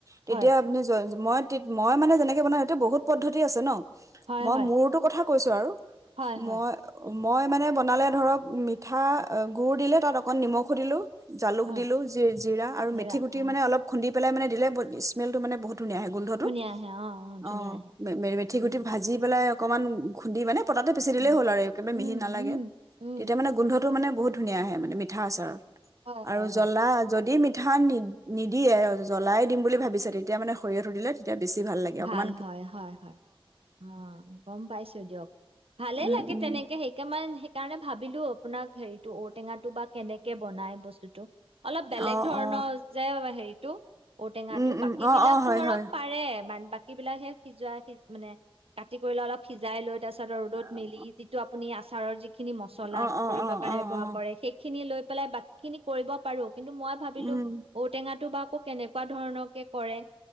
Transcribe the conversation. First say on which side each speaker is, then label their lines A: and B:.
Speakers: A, on the right; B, on the right.
A: তেতিয়া
B: হয়
A: আপুনি মই মই মানে যেনেকে বনাওঁ সেইটো বহুত পদ্ধতি আছে ন।
B: হয়
A: মই
B: হয়
A: মোৰতো কথা কৈছো আৰু
B: হয় হয়
A: মই অ' মই মানে বনালে ধৰক মিঠা গুড় দিলে তাত অকন নিমখো দিলো। জালুক
B: হয়
A: দিলো জিৰা আৰু
B: দাদা
A: মেথি গুটি
B: অ
A: মানে অলপ খুন্দি পেলাই মানে দিলে বহ স্মেলটো মানে বহুত ধুনীয়া আহে গোন্ধটো,
B: ধুনীয়া আহে অ ধুনীয়া
A: অ',
B: আহে
A: মেৰি মেথি
B: উম
A: গুটি ভাজি পেলাই অকমান খুন্দি মানে পটাতে পিচি দিলেই
B: উম
A: হ'ল আৰু একে
B: উম
A: মিহি নালাগে।
B: উম
A: তেতিয়া
B: উম
A: মানে গোন্ধত টো মানে বহুত ধুনীয়া আহে মানে, মিঠা আচাৰৰ
B: হয়
A: আৰু
B: হয় হয়
A: জ্বলা যদি মিঠ ঠা নি নিদিয়ে, জ্বলাই দিম বুলি ভাৱিছে, তেতিয়া মানে সৰিয়হটো দিলে তেতিয়া বেছি লাগে
B: ভাল,
A: অকমান
B: হয়, হয়, হয়। অ', গম পাইছোঁ দিয়ক। ভালে
A: উম
B: লাগে
A: উম
B: তেনেকে সেইকে মান সেইকাৰণে ভাৱিলো আপোনাক হেৰিটো, ঔ-টেঙাটো বা কেনেকে বনাই বস্তুটো অলপ বেলেগ
A: অ
B: ধৰণৰ
A: অ
B: যে হেৰিটো, ঔ-টেঙাটো,
A: উম উম
B: ‌বাকী
A: অ
B: বিলাক
A: অ হয়
B: ধৰক
A: হয়
B: পাৰে মান বাকী বিলাক সে সিজোৱা সি মানে কাটি কৰি লৈ, অলপ সিজাই লৈ, তাৰছত ৰ'দত
A: অ',
B: মেলি যিটো আপুনি আচাৰৰ যিখিনি মছলা
A: অ', অ',
B: কৰিবৰ
A: অ',
B: কাৰণে
A: অ',
B: ব্যৱহাৰ
A: অ',
B: কৰে, সেইখ খিনি লৈ পেলাই বাকী খিনি কৰিব পাৰোঁ। কিন্তু মই ভাৱিলো,
A: উম,
B: ঔ-টেঙাটো বা কৌ কেনেকুৱা ধৰণকে কৰে?